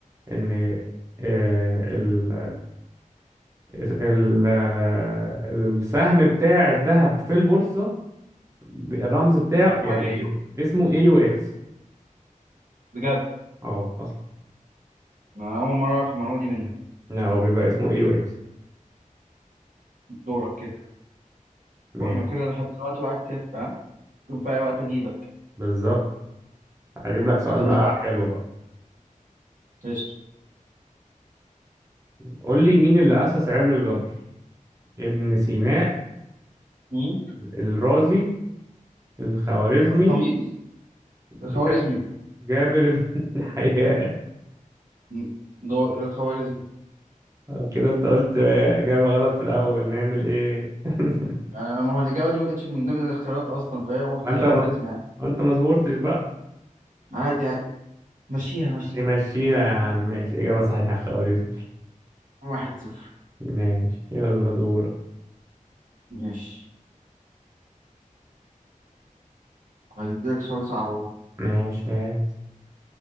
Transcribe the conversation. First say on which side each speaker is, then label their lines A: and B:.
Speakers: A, on the right (about 20°); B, on the right (about 70°).
A: إن آه، ال... ال... آه، السهم بتاع الذهب في البورصة الرمز بتاعه
B: مكتوب
A: يعني
B: عليه ايوه
A: اسمه أيو إكس
B: بجد
A: أه أصلا
B: انا اول مره اعرف المعلومه دي منك
A: لا هو بيبقى اسمه أيو إكس
B: دورك كده
A: ماشي
B: واحنا كده لحد دلوقتي واحد صفر ها ممكن في اي وقت اجيبك
A: بالظبط أجيب لك سؤال
B: خلي
A: بقى
B: بالك
A: حلو بقى
B: قشطة
A: قول لي مين اللي أسس علم الجبر ابن سينا
B: مم.
A: الرازي الخوارزمي
B: الخميس الخوارزمي
A: جا- جابر بن <laughs> حيان
B: م- جو... الخوارزمي
A: طب كده انت قلت إجابة غلط في الأول نعمل ايه <laughs>
B: آه ما هو الإجابة دي ما كانتش من ضمن الاختيارات أصلا فهي هو
A: ما
B: خوارزمي
A: انت
B: يعني
A: ما انت ما صبرتش بقى
B: عادي عادي مشيها مشيها
A: نمشيها يا عم ماشي إجابة صحيحة خوارزمي
B: واحد صفر
A: ماشي يلا دور
B: ماشي هيديلك سؤال صعب أهو
A: ماشي هات.